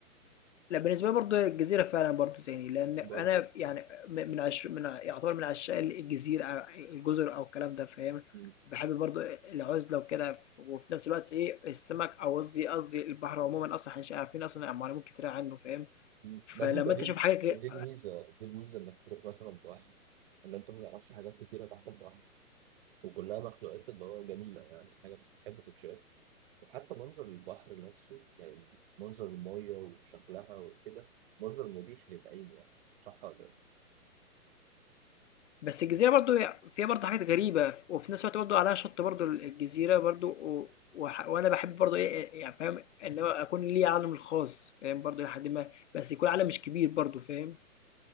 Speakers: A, on the left; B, on the right.
A: لا بالنسبة لي برضه الجزيرة فعلًا برضه تاني، لإن أنا
B: برضه
A: يعني م من عش من ع يعتبر من عشاق الجزيرة أ الجزر أو الكلام ده فاهم،
B: امم
A: باحب برضه العُزلة وكده ف وفي نفس الوقت إيه، السمك أو قصدي قصدي البحر عمومًا أصلًا إحنا مش عارفين أصلًا معلومات كتيرة عنه فاهم،
B: أمم.
A: فلمّا
B: ما دي بديل
A: أنت تشوف حاجة
B: دي
A: ك
B: الميزة دي الميزة انك تروح مثلا بواحد ان انت ما تعرفش حاجات كتيرة تحت البحر وكلها مخلوقات اللي هو جميلة يعني حاجة بتحب تتشاف وحتى منظر البحر نفسه يعني منظر المية وشكلها وكده منظر مريح للعين يعني صح ولا إيه؟
A: بس الجزيرة برضه هي فيها برضه حاجات غريبة ف وفي نفس الوقت برضه عليها شَط برضه ال الجزيرة برضه و وح وأنا باحب برضه إيه، يعني فاهم، إن هو أكون ليّا عالمي الخاص فاهم برضه إلى حدٍ ما، بس يكون عالم مش كبير برضه فاهم؟